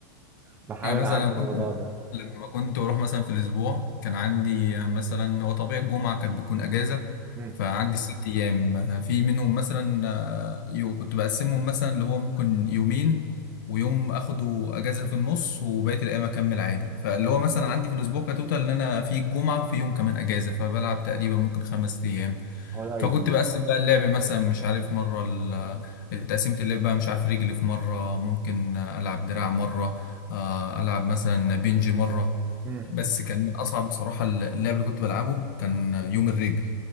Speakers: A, on the right; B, on the left.
A: بحاول
B: يعني مثلا
A: اعدي
B: انا كنت
A: الموضوع ده
B: لما كنت بروح مثلا في الاسبوع كان عندي مثلا هو طبيعي الجمعه كانت بتكون اجازه
A: مم.
B: فعندي ست ايام في منهم مثلا آه، يو- كنت بقسمهم مثلا اللي هو ممكن يومين ويوم اخده اجازه في النص وبقيه الايام اكمل عادي فاللي هو مثلا عندي في الاسبوع كتوتال ان انا في الجمعه وفي يوم كمان اجازه فبلعب تقريبا ممكن خمس ايام
A: هو ده ايدي
B: فكنت بقسم بقى اللعب مثلا مش عارف مرة ال- التقسيمة اللعب بقى مش عارف رجلي في مرة ممكن ألعب دراع مرة آه، ألعب مثلا بنج مرة
A: مم.
B: بس كان من أصعب بصراحة اللعب اللي كنت بلعبه كان يوم الرجل